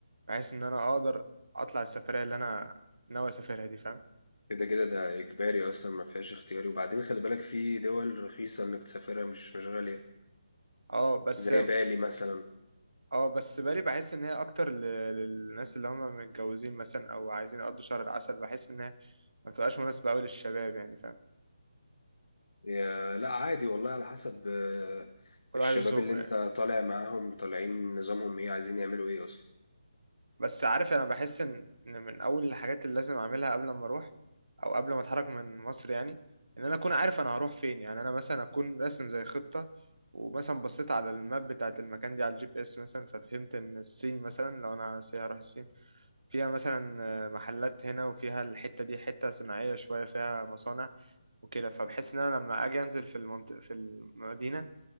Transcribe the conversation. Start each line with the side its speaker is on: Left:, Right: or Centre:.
Right: بحيث ان انا اقدر اطلع السفريه اللي انا ناوي اسافرها دي فاهم
Left: كده كده ده اجباري اصلا ما فيهاش اختياري وبعدين خلي بالك في دول رخيصه انك تسافرها مش مش غاليه
Right: اه بس
Left: زي بالي مثلا
Right: اه بس بالي بحس ان هي اكتر ل- للناس اللي هم متجوزين مثلا او عايزين يقضوا شهر العسل بحس ان هي ما بتبقاش مناسبة قوي للشباب يعني فاهم
Left: يا لا عادي والله على حسب آه،
Right: كل
Left: الشباب
Right: واحد وذوقه
Left: اللي انت
Right: يعني
Left: طالع معاهم طالعين نظامهم ايه عايزين يعملوا ايه اصلا
Right: بس عارف انا بحس ان إن من اول الحاجات اللي لازم اعملها قبل ما اروح او قبل ما اتحرك من مصر يعني ان انا اكون عارف انا هروح فين يعني انا مثلا اكون راسم زي خطة ومثلا بصيت على الماب بتاعت المكان دي على الجي بي اس مثلا ففهمت ان الصين مثلا لو انا سي هروح الصين فيها مثلا آه، محلات هنا وفيها الحتة دي حتة صناعية شوية فيها مصانع وكده فبحس ان انا لما اجي انزل في المنطقة في المدينة